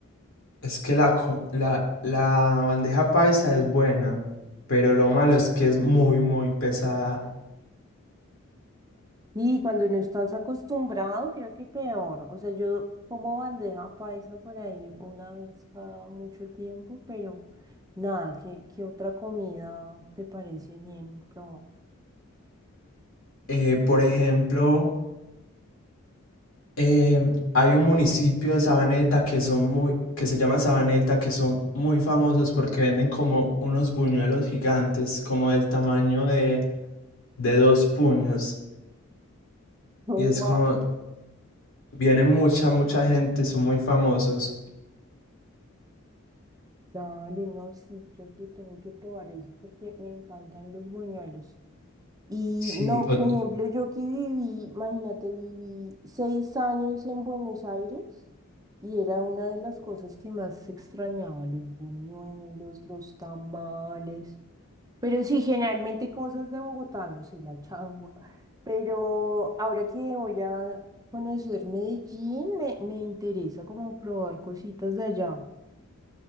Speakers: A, on the left (about 70°); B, on the right (about 15°).
A: es que la, co- la, la bandeja paisa es buena, pero lo malo es que es muy, muy pesada.
B: Y cuando no estás acostumbrado, creo que peor. O sea, yo como bandeja paisa por ahí una vez cada mucho tiempo, pero nada, ¿qué, qué otra comida te parece bien probar?
A: Eh, por ejemplo, em, hay un municipio de Sabaneta que son muy, que se llama Sabaneta, que son muy famosos porque venden como unos buñuelos gigantes, como del tamaño de, de dos puños.
B: Wow.
A: Y es como Viene mucha, mucha gente, son muy famosos.
B: Dale, no, sí, creo que tengo que probar eso porque me encantan los buñuelos. Y
A: Sí,
B: no, por
A: o-
B: ejemplo, yo que viví, imagínate, viví seis años en Buenos Aires y era una de las cosas que más extrañaba, los buñuelos, los tamales, pero sí, generalmente cosas de Bogotá no y la changua. Pero ahora que voy a conocer Medellín, me, me interesa como probar cositas de allá,